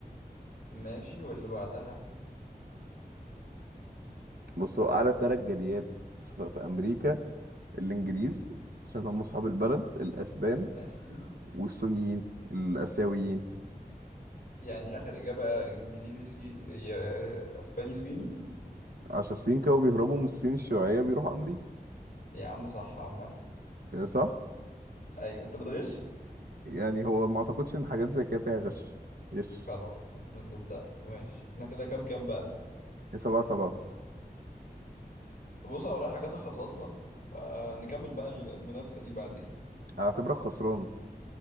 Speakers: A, on the left (about 60°); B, on the right (about 70°).
A: ماشي واللي بعدها
B: بص هو أعلى تلات جاليات ف- في أمريكا الإنجليز عشان هم أصحاب البلد الأسبان
A: ماشي
B: والصينيين الآسيويين
A: يعني اخر اجابة انجليزي سي يا- اسباني صيني
B: عشان الصين كانوا بيهربوا من الصين الشيوعية بيروحوا أمريكا
A: يا عم صح عمال
B: آه، صح؟
A: ايوه انت بتغش
B: يعني هو ما أعتقدش إن حاجات زي كده فيها غش غش
A: خلاص نصدقك ماشي احنا كده كام كام بقى
B: إيه، سبعة سبعة
A: طب بص انا ورايا حاجات اخلصها فنكمل بقى المنافسة دي بعدين
B: أعتبرك خسران